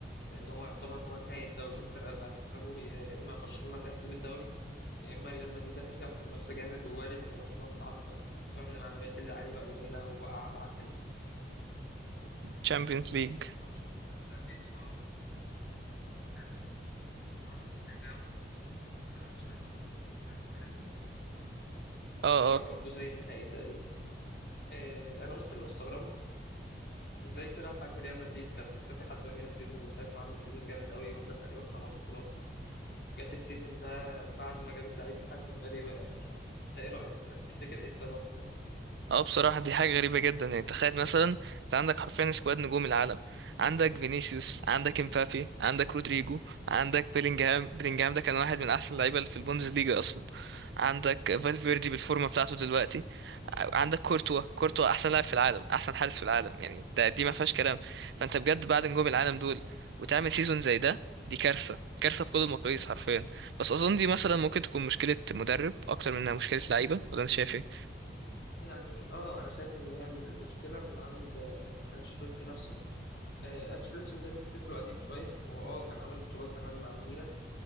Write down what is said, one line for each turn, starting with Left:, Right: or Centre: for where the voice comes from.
Left: لان هو يعتبر هو نهايه الدوري الفرقه اللي هتكسبه هي يا اما برشلونه تحسم الدوري يا اما ريال مدريد هترجع في المنافسه جامد ووارد ان برشلونه تتعطل خصوصا ان معنويات اللعيبه قليله ووقع بعد ال-
Right: تشامبيونز
Left: ال-
Right: ليج
Left: الماتش بتاع الشامبيونز اه كمان عندكم ماتش آه، صعب مع بيلباو بيلباو فرقة مش سهلة برضه فهيبقى وارد إن برشلونة تتعطل
Right: اه
Left: فهو هيبقى
Right: اه
Left: برضه زي النهائي تقريبا آه، أنا بس اللي مستغربه إزاي فرقة بحجم ريال مدريد كانت مكتسحة الدنيا السيزون اللي فات وعاملة سيزون جامد قوي واخدة تقريبا خمس بطولات جت السيزون ده بعد ما جابت لعيب بحجم مبابي وقعت يعني أنت إيه رأيك يعني تفتكر إيه السبب في ده؟
Right: اه بصراحة دي حاجة غريبة جدا يعني تخيل مثلا انت عندك حرفيا سكواد نجوم العالم عندك فينيسيوس عندك امبابي عندك رودريجو عندك بيلينجهام بيلينجهام ده كان واحد من احسن اللعيبة اللي في البوندسليجا اصلا عندك فالفيردي بالفورمة بتاعته دلوقتي عندك كورتوا كورتوا احسن لاعب في العالم احسن حارس في العالم يعني ده دي ما فيهاش كلام فانت بجد بعد نجوم العالم دول وتعمل سيزون زي ده دي كارثة كارثة بكل المقاييس حرفيا بس اظن دي مثلا ممكن تكون مشكلة مدرب اكتر منها مشكلة لعيبة ولا انت شايف ايه؟
Left: يعني اه انا شايف ان هي المشكله من عند آه، انشيلوتي نفسه آه، أنشيلوتي مدرب فكره قديم شوية هو اه كان عامل بطولات زمان مع الميلان